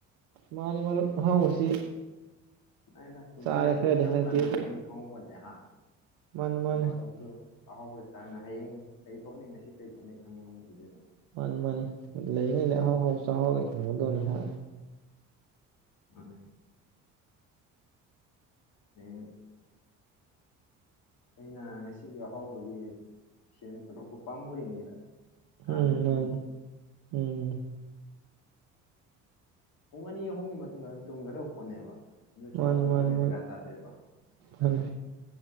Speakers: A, on the right (about 75°); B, on the left (about 60°).
A: ꯃꯥꯟꯅꯤ ꯃꯔꯨꯞ ꯑꯍꯥꯎꯕꯁꯤ꯫
B: ꯑꯩꯅ ꯄꯨꯟꯁꯤ
A: ꯆꯥꯔꯦ
B: ꯑꯁꯤ
A: ꯈꯔꯗꯤ
B: ꯀꯔꯝ
A: ꯍꯟꯗꯛꯇꯤ
B: ꯀꯥꯟꯗ
A: ꯑꯗꯨ
B: ꯂꯣꯏꯒꯅꯤ ꯈꯪꯍꯧ ꯄꯣꯠꯇꯦ ꯍꯥ
A: ꯃꯥꯅꯤ
B: ꯅꯣꯡ
A: ꯃꯥꯅꯤ
B: ꯐꯥꯗꯣꯛꯁꯨ ꯑꯍꯥꯎꯕꯗ <unintelligible> ꯍꯌꯦꯡ ꯀꯔꯤ ꯊꯣꯛꯅꯤ ꯉꯁꯤ ꯀꯔꯤ ꯊꯣꯛꯅꯤ ꯈꯪꯕ ꯉꯝꯕ ꯍꯧꯅꯗꯦꯕ
A: ꯃꯥꯟꯅꯤ ꯂꯩꯔꯤꯉꯩꯗ ꯑꯍꯥꯎ ꯑꯍꯥꯎ ꯆꯥꯍꯧ <unintelligible> ꯗꯧꯅꯤ ꯍꯥ
B: ꯃꯥꯟꯅꯤ ꯍꯌꯦꯡ ꯑꯩꯅ ꯉꯁꯤꯒꯤ ꯑꯍꯥꯎꯕꯒꯤ ꯁꯦꯟ ꯄꯨꯊꯣꯛꯄ ꯄꯥꯝꯃꯨꯔꯤꯉꯩꯗ ꯀꯅꯥꯅ
A: ꯎꯝ
B: ꯈꯪꯅꯤ
A: ꯃꯥꯟꯅꯦ ꯎꯝ
B: ꯄꯨꯡ ꯑꯅꯤ ꯑꯍꯨꯝꯒꯤ ꯃꯇꯨꯡꯗ ꯑꯗꯨꯝ ꯇꯨꯝꯒ꯭ꯔꯗꯧ ꯄꯣꯠꯅꯦꯕ ꯗ ꯁꯦꯟ
A: ꯃꯥꯅꯤ
B: ꯄꯥꯝꯃꯨꯅꯉꯥꯏ
A: ꯃꯥꯅꯤ
B: ꯗꯀꯥ
A: ꯃꯔꯨꯞ
B: ꯇꯥꯗꯦꯕ ꯅꯠꯇ꯭ꯔꯥ
A: ꯃꯥꯅꯤ